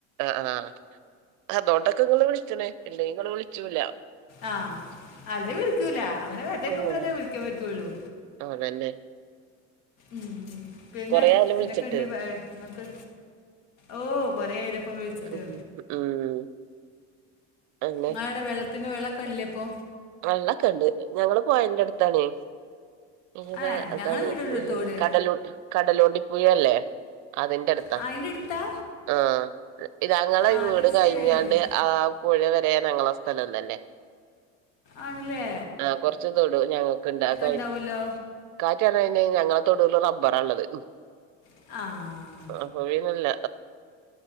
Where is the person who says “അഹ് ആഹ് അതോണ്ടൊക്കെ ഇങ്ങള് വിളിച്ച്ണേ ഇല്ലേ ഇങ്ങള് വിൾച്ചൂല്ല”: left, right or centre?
Right